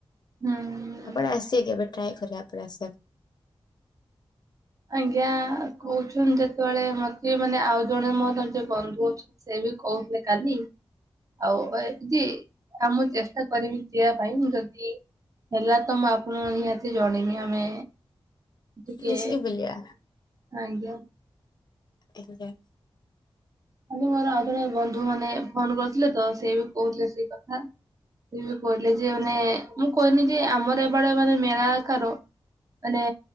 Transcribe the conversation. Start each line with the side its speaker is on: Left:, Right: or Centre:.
Right: ହୁଁ
Left: ଆପଣ ଆସିବା କେବେ ଟ୍ରାଏ କରିବେ ଆପଣ ଆସିବାକୁ?
Right: ଆଜ୍ଞା କହୁଛନ୍ତି ଯେତେବେଳେ ମତେ ମାନେ ଆଉ ଜଣେ ମୋର ଯେ ବନ୍ଧୁ ଅଛନ୍ତି। ସେ ବି କହୁଥିଲେ କାଲି ଆଉ ଏ ଜି ଆଉ ମୁଁ ଚେଷ୍ଟା କରିବି ଯିିବା ପାଇଁ ଯଦି ହେଲା ତ ମୁଁ ଆପଣଙ୍କ ନିହାତି ଜଣେଇମି ଆମେ ଟିକେ,
Left: ମିଶିକି ବୁଲିବା
Right: ଆଜ୍ଞା।
Left: ଆଜ୍ଞା।
Right: ଆଜି ମୋର ଆଉ ଜଣେ ବନ୍ଧୁ ମାନେ ଫୋନ କରିଥିଲେ ତ ସେ ବି କହୁଥିଲେ ସେଇ କଥା। ସିଏବି କହିଲେ ଯେ ମାନେ ମୁଁ କହନି ଯେ ଆମର ଏବେଡ ମାନେ ମେଳା ଆକାର ମାନେ